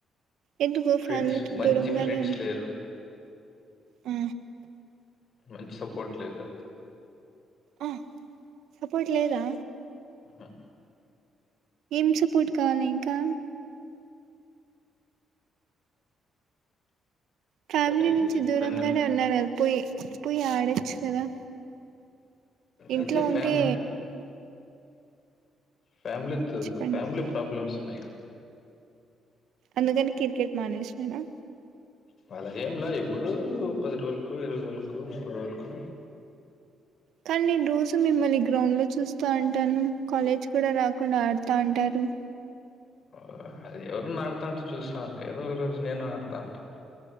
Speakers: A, on the right; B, on the left.
A: ఎందుకూ
B: ఫ్రెండ్స్
A: ఫ్యామలీతో
B: మంచి
A: దురమగానే
B: ఫ్రెండ్స్
A: ఉన్నా
B: లేరు
A: ఆ
B: మంచి సపోర్ట్ లేదు
A: ఆ సపోర్ట్ లేదా
B: ఆహా
A: ఏం సప్ పోర్ట్ కావాలింకా ఫ్యామిలీ
B: అయి
A: నుంచి దూరంగానే
B: కొన్ని
A: ఉన్నారు గద్ పోయి పోయి అడచ్చు కదా ఇంట్లో
B: అయితే
A: ఉంటే
B: ఫ్యామ్ ఫ్యాలీతో
A: చెప్పండి
B: ఫ్యామిలీ ప్రాబ్లెమ్స్ ఉన్నాకా
A: అందుకని క్రికెట్ మానేసిరా
B: అలాగేంలా ఎప్పుడు పది రోజులకు ఇరవై రోజులకు ముప్పై రోజులకు
A: కానీ నేను రోజు మిమ్మల్ని గ్రౌండ్ లో చూస్తా అంటాను కాలేజ్ కూడా రాకుండా ఆడుతా అంటారు
B: ఆ అది ఎవరన్న ఆడుతంటే చూస్తా ఏదో రోజు నేను ఆడతాంట